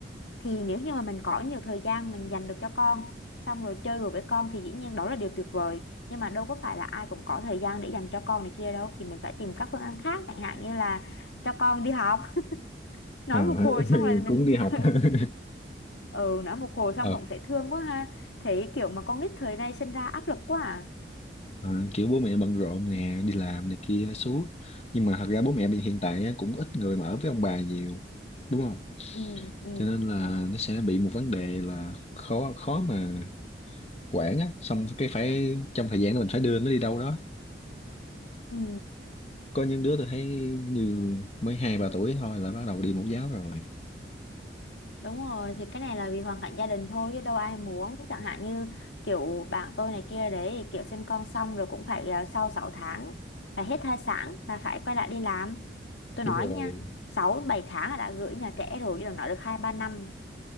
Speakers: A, on the left; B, on the left.
A: thì nếu như mà mình có nhiều thời gian mình dành được cho con xong rồi chơi đùa với con thì dĩ nhiên đó là điều tuyệt vời nhưng mà đâu có phải là ai cũng có thời gian để dành cho con này kia đâu thì mình phải tìm các phương án khác chẳng hạn như là cho con đi học nói
B: Ờ,
A: một hồi
B: <laughs>
A: xong là mình
B: cũng đi
A: <laughs>
B: học <laughs>
A: ừ nói một hồi xong
B: ờ
A: cũng thấy thương quá ha thấy kiểu mà con nít thời nay sinh ra áp lực quá à
B: ờ, kiểu bố mẹ bận rộn nè đi làm này kia suốt nhưng mà thật ra bố mẹ bây hiện tại á, cũng ít người mà ở với ông bà nhiều đúng không
A: ừ ừ
B: cho nên là nó sẽ bị một vấn đề là khó khó mà quảng á xong cái phải trong thời gian đó mình phải đưa nó đi đâu đó
A: ừ
B: có những đứa tôi thấy như mới hai ba tuổi thôi là bắt đầu đi mẫu giáo rồi
A: đúng rồi thì cái này là vì hoàn cảnh gia đình thôi chứ đâu ai muốn chẳng hạn như kiểu bạn tôi này kia đấy kiểu sinh con xong rồi cũng phải à, sau 6 tháng là hết thai sản là phải quay lại đi làm tôi
B: đúng
A: nói nha
B: rồi
A: 6 7 tháng là đã gửi nhà trẻ rồi chứ đừng nói được hai ba năm